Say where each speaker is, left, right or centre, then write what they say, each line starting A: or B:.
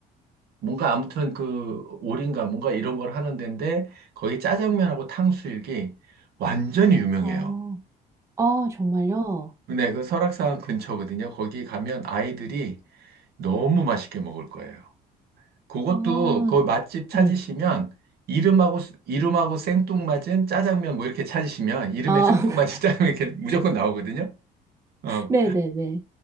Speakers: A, on the right; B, on the right.
A: 뭔가 아무튼 그, 오리인가 뭔가 이런 걸 하는 데인데, 거기 짜장면하고 탕수육이 완전히 유명해요.
B: 어, 어, 정말요?
A: 근데 그 설악산 근처거든요. 거기 가면 아이들이 너무 맛있게 먹을 거예요. 그것도
B: 아,
A: 거기 맛집 찾으시면
B: 네.
A: 이름하고 스- 이름하고 생뚱맞은 짜장면 뭐 이렇게 찾으시면 이름에
B: 아,
A: 생뚱맞은
B: <laughs>
A: <laughs> 짜장면 이렇게 무조건 나오거든요. 어,
B: 네, 네, 네.